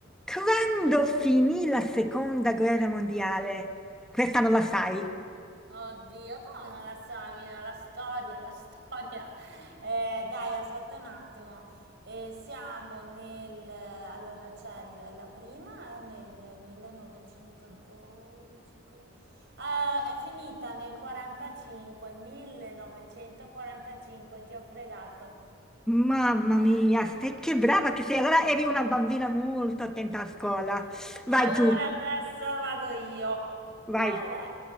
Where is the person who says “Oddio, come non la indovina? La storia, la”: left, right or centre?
Right